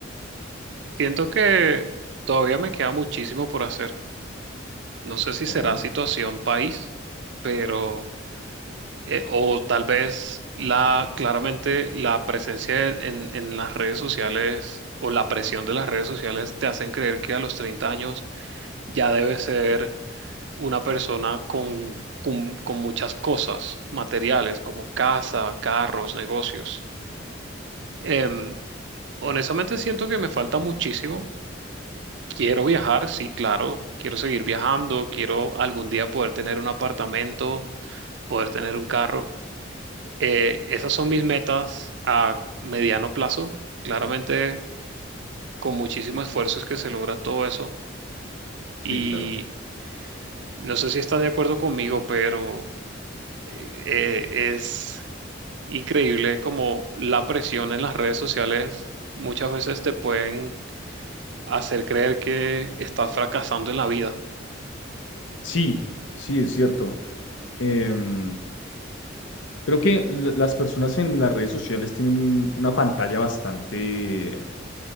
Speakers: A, on the right (about 65°); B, on the left (about 75°).
A: Siento que todavía me queda muchísimo por hacer. no sé si
B: Ok,
A: será situación país, pero, eh, o tal vez la, claramente la presencia e-, en, en las redes sociales o la presión de las redes sociales te hacen creer que a los 30 años ya debes ser una persona con, con, con muchas cosas materiales como casa, carros, negocios. Em, honestamente siento que me falta muchísimo. Quiero viajar, sí, claro. Quiero seguir viajando, quiero algún día poder tener un apartamento poder tener un carro. Eh, esas son mis metas a mediano plazo. Claramente, con muchísimo esfuerzo es que se logra todo eso.
B: sí,
A: Y
B: claro.
A: no sé si estás de acuerdo conmigo, pero eh, eh, es increíble como la presión en las redes sociales muchas veces te pueden hacer creer que estás fracasando en la vida.
B: Sí, sí, es cierto. Em, Creo que la- las personas en las redes sociales tienen un- una pantalla bastante,